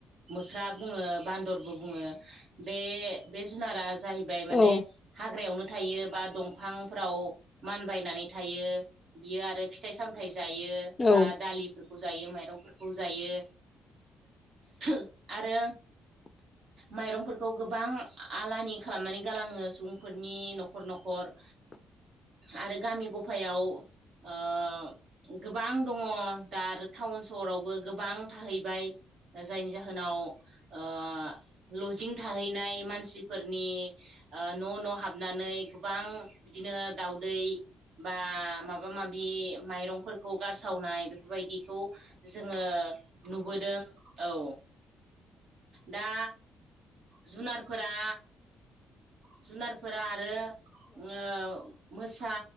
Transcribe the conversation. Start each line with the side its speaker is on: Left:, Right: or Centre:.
Right: मोख्रा बुङो बान्दरबो बुङो बे बे जुनारा जाहैबाय माने
Left: औ
Right: हाग्रायावनो थायो बा दंफांफ्राव मानबायनानै थायो बियो आरो फिथाइ सामथायाइ जायो
Left: औ
Right: बा दालिब फोरखौ जायो माइरंफोरखौ जायो <unintelligible> आरो
Left: <inaudible>
Right: माइरंफोरखौ गोबां आलानि खालामनानै गालाङो सुबुंफोरनि न'खर न'खर
Left: <inaudible>
Right: आरो गामि गफायाव ओ गोबां दङ दा आरो टाउन सहरावबो गोबां थाहैबाय जायनि जाहोनाव ओ लजिं थाहैनाय मानसिफोरनि आ न' न' हाबनानै गोबां बिदिनो दाउदै बा माब माबा माबि माइरंफोरखौ गारसावनाय बेफोरबायदिखौ जोङो नुबोदों औ दा जुनारफोरा जुनारफोरा आरो <unintelligible> मोसा